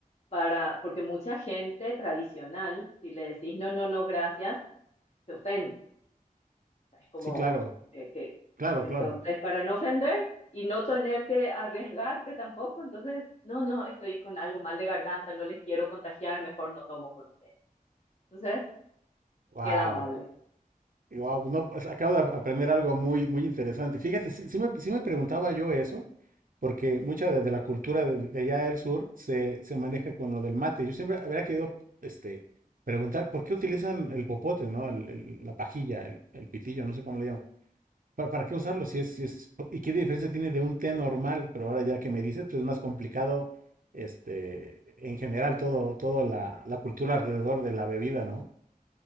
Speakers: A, on the left; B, on the right.
A: para, porque mucha gente tradicional, si le decís no, no, no, gracias, se ofende. O sea, es como
B: Sí, claro,
A: eh, que,
B: claro,
A: entonces,
B: claro.
A: para no ofender y no tener que arriesgarte tampoco, entonces, no, no, estoy con algo mal de garganta, no les quiero contagiar, mejor no tomo con ustedes. Entonces,
B: Wow.
A: queda amable.
B: Wow, no, pues, acabo de aprender algo muy, muy interesante. Fíjate, sí, sí me, sí me preguntaba yo eso, porque mucha de, de la cultura de, de allá del sur se, se maneja con lo del mate. Yo siempre habría querido este, preguntar por qué utilizan el popote, ¿no? El- el- la pajilla, el, el pitillo, no sé cómo le llaman. ¿Para, para qué usarlo? Si es, si es, ¿Y qué diferencia tiene de un té normal? Pero ahora ya que me dices, pues es más complicado, este, en general, todo, toda la, la cultura alrededor de la bebida, ¿no?